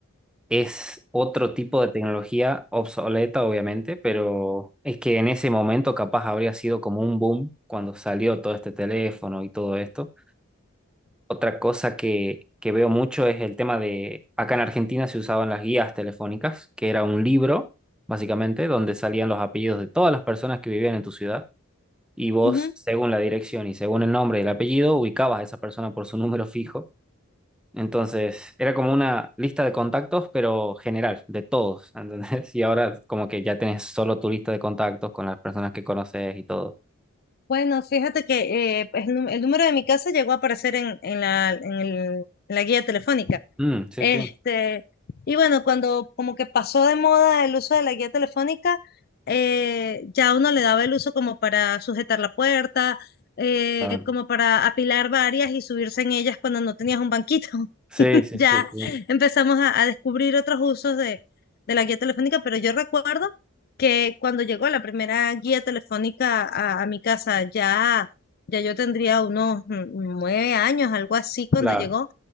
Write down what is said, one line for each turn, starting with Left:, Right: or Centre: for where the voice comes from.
Centre: es otro tipo de tecnología obsoleta, obviamente, pero es que en ese momento capaz habría sido como un boom cuando salió todo este teléfono y todo esto. Otra cosa que, que veo mucho es el tema de, acá en Argentina se usaban las guías telefónicas, que era un libro, básicamente, donde salían los apellidos de todas las personas que vivían en tu ciudad. Y vos,
Left: Ujú.
Centre: según la dirección y según el nombre y el apellido, ubicabas a esa persona por su número fijo entonces, era como una lista de contactos, pero general, de todos, ¿entendés? <laughs> Y ahora como que ya tenés solo tu lista de contactos con las personas que conoces y todo.
Left: Bueno, fíjate que eh, pues, el, nu- el número de mi casa llegó a aparecer en, en la, en el- en la guía telefónica.
Centre: Mm, sí,
Left: Este,
Centre: sí.
Left: y bueno, cuando como que pasó de moda el uso de la guía telefónica, eh, ya uno le daba el uso como para sujetar la puerta, eh,
Centre: Claro.
Left: como para apilar varias y subirse en ellas cuando no tenías un banquito.
Centre: Sí,
Left: <laughs>
Centre: sí,
Left: Ya
Centre: sí, sí.
Left: empezamos a, a descubrir otros usos de, de la guía telefónica, pero yo recuerdo que cuando llegó la primera guía telefónica a, a mi casa, ya, ya yo tendría unos mm, nueve años, algo así, cuando
Centre: Claro.
Left: llegó